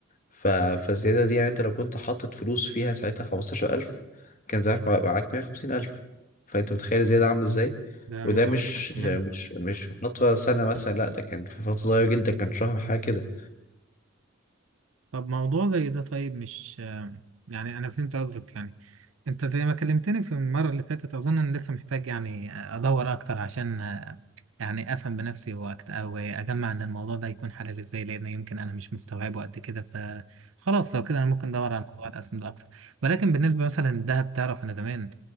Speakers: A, on the left; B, on the right.
A: ف... فالزيادة دي يعني أنت لو كنت حاطط فلوس فيها ساعتها 15000 كان زمانك مع- معاك 150000 فأنت متخيل الزيادة عاملة إزاي
B: ده
A: وده
B: موضوع
A: مش
B: مختلف تماما
A: مش مش في فترة سنة مثلا لا ده كان في فترة صغيرة جدا كان شهر حاجة كده
B: طب موضوع زي ده طيب مش يعني أنا فهمت قصدك يعني أنت زي ما كلمتني في المرة اللي فاتت أظن أنا لسه محتاج يعني أدور أكتر عشان يعني أفهم بنفسي وأكت- أو أجمع إن الموضوع ده يكون حلال إزاي لأن يمكن أنا مش مستوعبه قد كده فخلاص لو كده أنا ممكن أدور على موضوع الأسهم ده أكتر ولكن بالنسبة مثلا للذهب تعرف أنا زمان